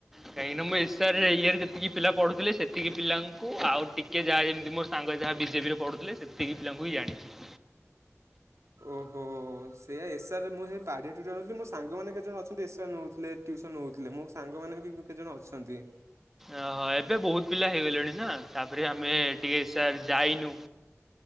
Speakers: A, in the centre; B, on the right.
A: କାହିଁକି ନା ମୁଁ ଇର୍ଷାରେ ଇଏରେ ଯେତିକି ପିଲା ପଢୁଥିଲେ ସେତିକି ପିଲାଙ୍କୁ ଆଉ ଟି କିଏ ଯାହା ଯେମିତି ମୋର ସାଙ୍ଗ ଯାହା ବିଜେପି ରେ ପଢୁଥିଲେ ସେତିକି ପିଲଙ୍କୁ ହିଁ ଜାଣିଛି।
B: ଓହୋ ସେୟା ଏ ସାର୍ ମୁଁ ସେଇ ପାରି ଟୁଟି ନେଉଥିଲି ମୋ ସାଙ୍ଗମାନେ କେତେ ଜଣ ଅଛନ୍ତି ଏ ସାର୍ ନେଉଥିଲେ। ଟ୍ୟୁସନ୍ ହେଉଥିଲେ ମୋ ସାଙ୍ଗମାନେ ବି କେତେ ଜଣ ଅଛନ୍ତି।
A: ଓହୋ ଏବେ ବହୁତ ପିଲା ହେଇଗଲେଣି ନା ତାପରେ ଆମେ ଟିକେ ଏସାର୍ ଯାଇନୁ।